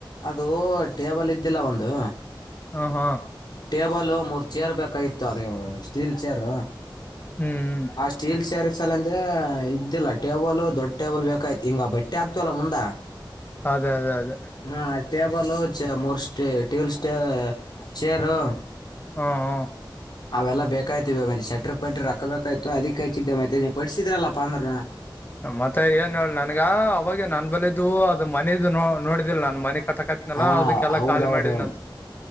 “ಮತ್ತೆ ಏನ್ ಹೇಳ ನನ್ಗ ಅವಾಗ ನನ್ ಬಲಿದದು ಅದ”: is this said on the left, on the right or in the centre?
Left